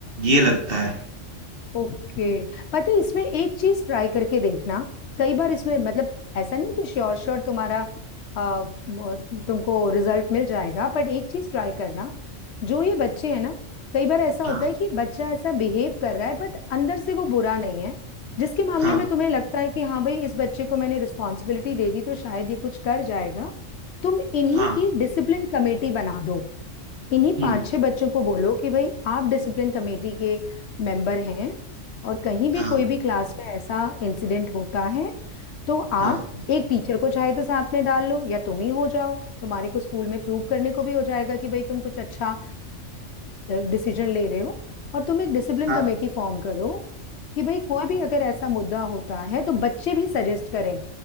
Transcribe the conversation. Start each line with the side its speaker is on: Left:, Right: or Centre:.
Right: ये लगता है
Left: ओके पता है इसमें एक चीज ट्राई करके देखना कई बार इसमें मतलब ऐसा नहीं कि श्योर श्योर तुम्हारा आ, म- तुमको रिजल्ट मिल जाएगा बट एक चीज ट्राई करना जो ये बच्चे हैं ना कई बार ऐसा होता
Right: हाँ
Left: है कि बच्चा ऐसा बिहेव कर रहा है बट अंदर से वो बुरा नहीं है जिसके मामले
Right: हाँ
Left: में तुम्हें लगता है कि हाँ भाई इस बच्चे को मैंने रिस्पॉन्सिबिलिटी दे दी तो शायद ये कुछ कर जाएगा तुम इन्हीं
Right: हाँ,
Left: की डिसिप्लिन कमेटी बना दो इन्हीं
Right: हुँ,
Left: पांच छह बच्चों को बोलो कि भाई आप डिसिप्लिन कमेटी के मेंबर हैं और कहीं भी
Right: हाँ,
Left: कोई भी क्लास में ऐसा इंसिडेंट होता है तो आप
Right: हाँ,
Left: एक टीचर को चाहे तो साथ में डाल लो या तुम ही हो जाओ तुम्हारे को स्कूल में प्रूव करने को भी हो जाएगा कि भाई तुम कुछ अच्छा डिसीजन ले रहे हो और तुम एक डिसिप्लिन
Right: हाँ,
Left: कमेटी फॉर्म करो कि भाई कोई भी अगर ऐसा मुद्दा होता है तो बच्चे भी सजेस्ट करें